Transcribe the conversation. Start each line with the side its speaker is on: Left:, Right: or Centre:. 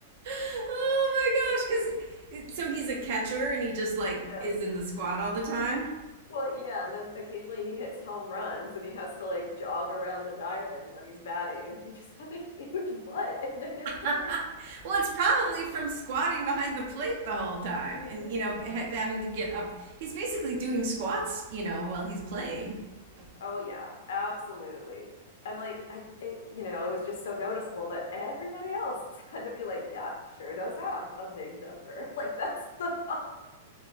Right: Oh my gosh, because so he's a catcher and he just like
Left: Yeah.
Right: is in the squat all the time?
Left: Well, yeah, and then occasionally he hits home runs and he has to like jog around the diamond when he's batting and he <laughs> just has a huge butt. And I guess just
Right: <laughs>
Left: like,
Right: Well, it's probably from squatting behind the plate the whole time
Left: mhm.
Right: and, you know, ha having to get up. He's basically doing squats, you know, while he's playing. <laughs>
Left: Oh yeah, absolutely. And like I it, you know, it was just so noticeable that everybody else <laughs> had to be like, yeah, sure does have a big dumper. <laughs> Like that's the